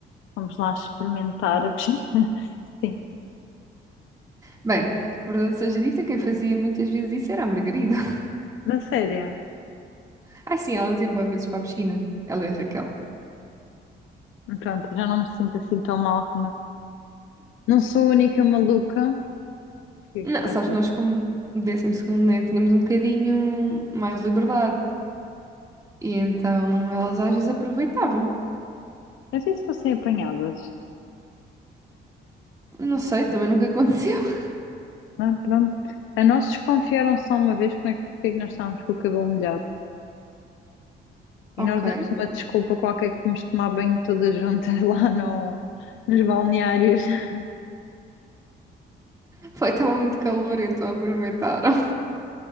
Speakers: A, on the left; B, on the right.
A: vamos lá experimentar a piscina. <laughs> Sim,
B: Bem, verdade seja dita, quem fazia muitas vezes isso era a Margarida. <laughs>
A: na sério.
B: Ai sim, elas iam boas vezes para a piscina. Ela e a Raquel.
A: Pronto, já não me sinto assim tão mal Não sou a única maluca que,
B: Não,
A: que faz
B: sabes,
A: isso.
B: nós como décimo segundo, né, tínhamos um bocadinho mais liberdade. E então elas às vezes aproveitavam.
A: Às vezes fossem apanhadas,
B: Não sei, também nunca aconteceu. <laughs>
A: não é? Pronto. A nós desconfiaram só uma vez como é que, porque é que nós estávamos com o cabelo molhado. E
B: Ok.
A: nós demos uma desculpa qualquer que fomos tomar banho todas juntas <laughs> lá no, nos balneários. <laughs>
B: Foi, estava muito calor, então aproveitaram.